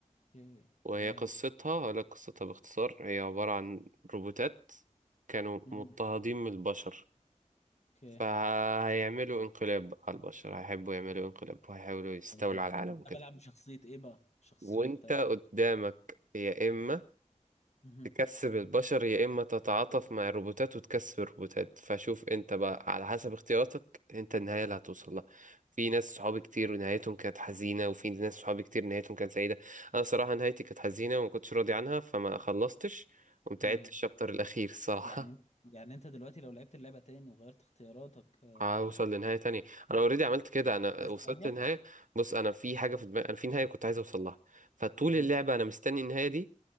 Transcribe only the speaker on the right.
وهي
قصتها اقول لك قصتها باختصار هي عباره عن روبوتات كانوا
مضطهدين من البشر
فهيعملوا انقلاب على البشر هيحبوا يعملوا انقلاب وهيحاولوا يستولوا
على العالم
وكده
وانت
قدامك يا اما
تكسب البشر يا اما تتعاطف مع الروبوتات وتكسب الروبوتات فشوف انت بقى على حسب اختياراتك انت النهايه اللي هتوصل لها في ناس صحابي كتير ونهايتهم كانت حزينه وفي ناس صحابي كتير نهايتهم كانت سعيده انا صراحه نهايتي كانت حزينه وما كنتش راضي عنها فما خلصتش قمت
عدت الشابتر الاخير الصراحه
<laughs>
هوصل لنهاية تانية أنا أوريدي عملت كده أنا
وصلت
لنهاية بص أنا في حاجة في دماغي أنا في نهاية كنت عايز أوصل لها فطول
اللعبة أنا مستني النهاية دي